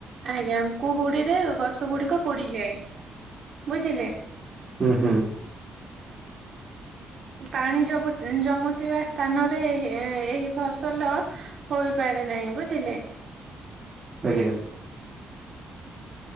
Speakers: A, on the right; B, on the right.
A: ଆଜ୍ଞା କୁହୁଡିରେ ଗଛ ଗୁଡିକ ପୋଡିଯାଏ ବୁଝିଲେ।
B: ଉଁ ହୁଁ।
A: ପାଣି ଜବୁ ଜମୁଥିବା ସ୍ଥାନରେ ଏହି ଫସଲ ହୋଇପାରେ ନାହିଁ ବୁଝିଲେ।
B: ଆଜ୍ଞା।